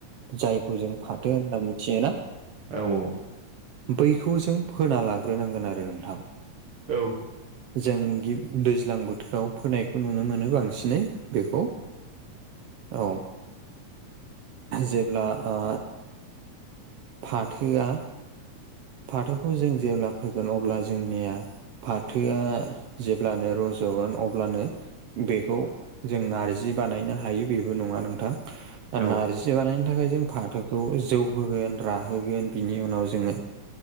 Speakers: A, on the right; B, on the right.
A: जायखौ जों फाथो होनना मिथियो ना।
B: औ-औ।
A: बैखौ जों फोना लाग्रोनांगोन आरो नोंथां।
B: औ।
A: जों गि दैज्लां बोथोराव फोनायखौ नुनो मोनो बांसिनै। बेखौ औ जेब्ला ओ फाथोआ फाथोखौ जों जेब्ला फोगोन अब्ला जोंनिया फाथोआ जेब्लानो रज'गोन अब्लानो बेखौ जों नारजि बानायनो हायो बेबो नङा नोंथां।
B: औ
A: नारजि बानायनो थाखाय जों फाथोखौ जौहोगोन राहोगोन बिनि उनाव जोङो